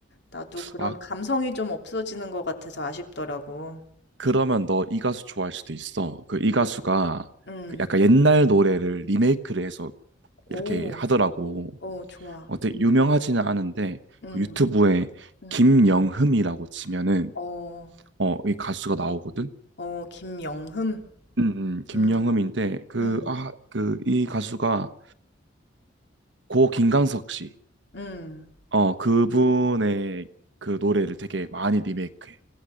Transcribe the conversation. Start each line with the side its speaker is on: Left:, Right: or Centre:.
Left: 나도 그런
Right: 아,
Left: 감성이 좀 없어지는 것 같아서 아쉽더라고.
Right: 그러면 너 이 가수 좋아할 수도 있어. 그 이 가수가
Left: 응,
Right: 그 약간 옛날 노래를 리메이크를 해서
Left: 오,
Right: 이렇게 하더라고.
Left: 어, 좋아.
Right: 어, 되게 유명하지는 않은데
Left: 응,
Right: 그 유튜브에
Left: 응,
Right: 김영흠이라고 치면은
Left: 어,
Right: 어, 이 가수가 나오거든.
Left: 어, 김영흠?
Right: 음, 음, 김영흠인데
Left: 음, 한-
Right: 그
Left: 음,
Right: 아, 그 이 가수가 고 김광석 씨.
Left: 음.
Right: 어, 그분의 그 노래를 되게 많이 리메이크해.